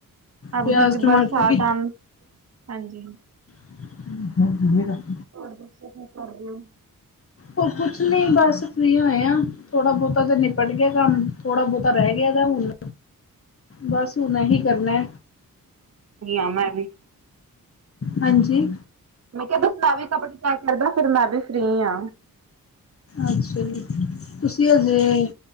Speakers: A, on the right (about 45°); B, on the left (about 40°).
A: ਅਬ
B: ਪਿਆਜ਼
A: ਕਿਉਂਕਿ
B: ਟਮਾਟਰ
A: ਬਰਸਾਤ
B: ਵੀ
A: ਆਮ ਹਾਂਜੀ।
B: <unintelligible>
A: ਹੋਰ ਦੱਸੋ ਕੀ ਕਰਦੇ ਔ?
B: ਉਹ ਕੁਛ ਨੀ ਬਸ ਫੀ ਹੋਏ, ਆ ਥੋੜਾ ਬਹੁਤਾ ਤੇ ਨਿਪਟ ਗਿਆ, ਕੰਮ ਥੋੜਾ ਬਹੁਤਾ ਰਹਿ ਗਿਆ। ਹੁਣ। ਬਸ ਹੁਣ ਇਹੀ ਕਰਨਾ
A: ਆ ਮੈਂ ਵੀ
B: ਹਾਂਜੀ।
A: ਮੈਂ ਕਿਹਾ ਮੈਂ ਵੀ ਕਬਡੀ ਚੈਕ ਕਰਦਾ ਫਿਰ ਮੈਂ ਵੀ ਫ੍ਰਰੀ ਹਾਂ।
B: ਅੱਛਾ ਜੀ, ਤੁਸੀਂ ਹਜੇ